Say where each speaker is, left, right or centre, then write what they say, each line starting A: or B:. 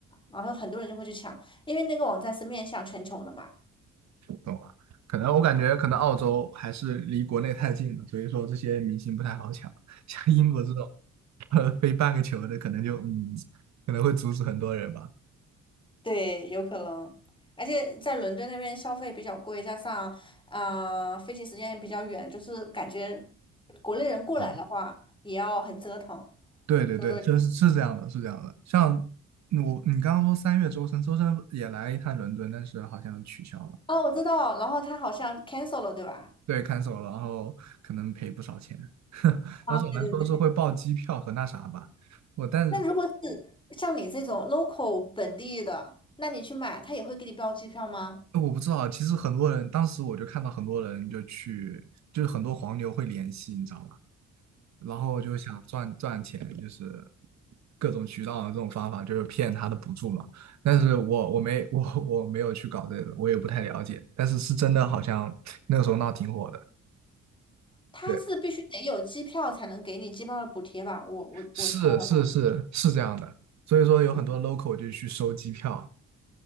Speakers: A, on the left; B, on the right.
A: 然后很多人就会去抢，因为那个网站是面向全球的嘛。
B: 懂了。可能我感觉可能澳洲还是离国内太近了，所以说这些明星不太好抢。<laughs> 像英国这种，<laughs> 呃，飞半个球的，可能就嗯，可能会阻止很多人吧。
A: 对，有可能，而且在伦敦那边消费比较贵，加上啊、呃飞行时间也比较远，就是感觉国内人过来的话也要很折腾。
B: 啊，对对对，
A: 就是
B: 这是是这样的，是这样的。像嗯我，你刚刚说三月周深，周深也来一趟伦敦，但是好像取消了。
A: 哦，我知道，然后他好像 cancel 了，对吧？
B: 对，看守了，然后可能赔不少钱。<laughs>
A: 啊，
B: 当时我们说是会报机票和那啥吧，
A: 对对对。
B: 我但是
A: 那如果是像你这种 local 本地的，那你去买，他也会给你标机票吗？
B: 我不知道，其实很多人当时我就看到很多人就去，就是很多黄牛会联系，你知道吧？然后就想赚赚钱，就是各种渠道的这种方法，就是骗他的补助嘛。但是我我没我我没有去搞这个，我也不太了解。但是是真的，好像那个时候闹挺火的。
A: 他是必须得有机票才能给你机票的补贴吧？
B: 对，
A: 我我我猜的话，
B: 是是是是这样的，所以说有很多
A: 嗯，
B: local 就去收机票。